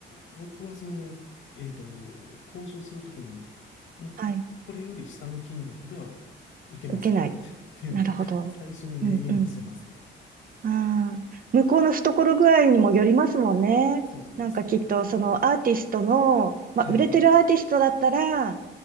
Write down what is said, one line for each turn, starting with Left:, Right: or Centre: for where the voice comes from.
Left: 僕はその、えっと、交渉するときに、もうこれより下の金額では受けません
Right: あ、はい。受けない。
Left: <laughs> っていうのを最初に明言はしてますね。
Right: なるほど。うん、うん。ああ、向こうの懐具合にもよりますもんね。
Left: そうなんですよ。
Right: なんかきっとそのアーティストの、まあ、
Left: はい。
Right: 売れてるアーティストだったら、